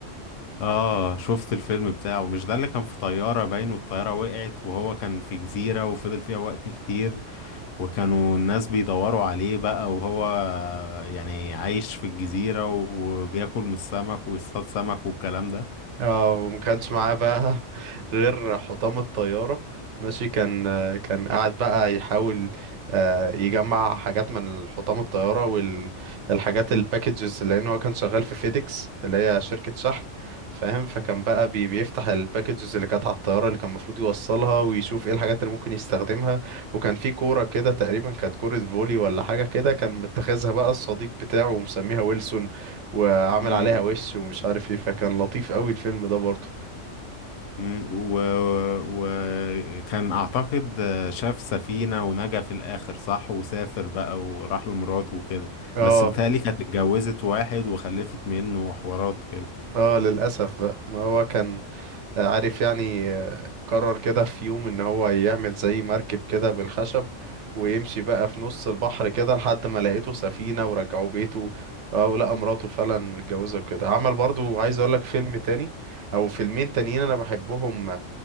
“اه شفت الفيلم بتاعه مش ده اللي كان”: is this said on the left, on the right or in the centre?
Left